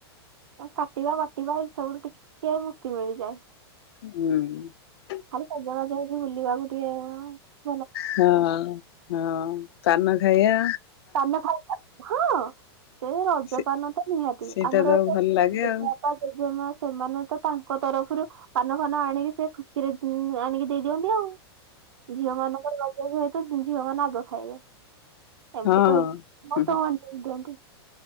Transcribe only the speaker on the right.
କାଟିବା ବାଟିବା ଏଇ ସବୁରୁ ଟିକେ ମୁକ୍ତି ମିଳିଯାଏ।
ଖାଲି ସଜବାଜ ହେଇ ବୁଲିବାକୁ ଟିକେ ଅଁ।
ପାନ ଖା। <unintelligible> ହଁଅଁ ସେ ରଜପାନ
ତ ନିହାତି।
ଆମର
ଏବେ
ଜେଜେ
ବାପା ଜେଜେ ମା ସେମାନେ ତ ତାଙ୍କ ତରଫରୁ ପାନଫାନ ଆଣିକି ସେ ଖୁସିରେ ଦେ ଆଣିକି ଦେଇଦିଅନ୍ତି ଆଉ। ଝିଅ ମାନଙ୍କର ରଜ ହୁଏ। ତ ଝିଅମାନେ ଆଗ ଖାଇବେ। ଏମିତି
କହିିକି ମତେ
<inaudible> ଦିଅନ୍ତି।